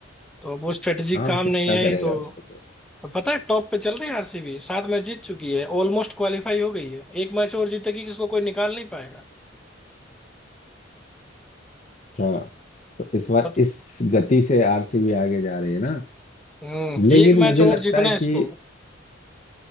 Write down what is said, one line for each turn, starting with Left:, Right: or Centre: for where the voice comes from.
Centre: तो अब वो स्ट्रेटजी
Left: हाँ
Centre: काम
Left: कितना
Centre: नहीं आई
Left: करेगा
Centre: तो
Left: उसको तो
Centre: अब पता है टॉप पे चल रही है आरसीबी सात मैच जीत चुकी है ऑलमोस्ट क्वालिफाई हो गई है एक मैच और जीतेगी इसको कोई निकाल नहीं पाएगा
Left: हाँ तो इस बार
Centre: पत,
Left: इस गति से आरसीबी आगे जा रही है ना
Centre: हम्म
Left: लेकिन
Centre: एक मैच
Left: मुझे
Centre: और
Left: लगता
Centre: जीतना
Left: है
Centre: है
Left: कि
Centre: इसको